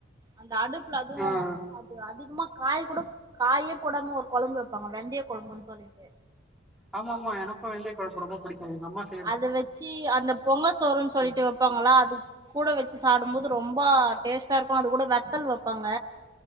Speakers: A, on the right; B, in the centre.
A: அந்த அடுப்ல அதுவு
B: ஆஹ்
A: அது அதிகமா காய் கூட காயே போடாம ஒரு குழம்பு வைப் ப்பாங்க வெந்தைய கொழம்புன்னு சொல்லிட்டு
B: ஆமா ஆமா எனக்கு வெந்தய குழம்பு ரொம்ப புடிக்கு எங்க அம்மா செய்
A: அத வெச்சு அந்த பொங்க சோ ருன்னு சொல்ட்டு
B: ம்
A: வப்பாங்களா அது கூட வச்சு சாப்டும்போது ரொம்ப டேஸ்டா இருக்கு அது கூட வத்தல் வப் ப்பாங்க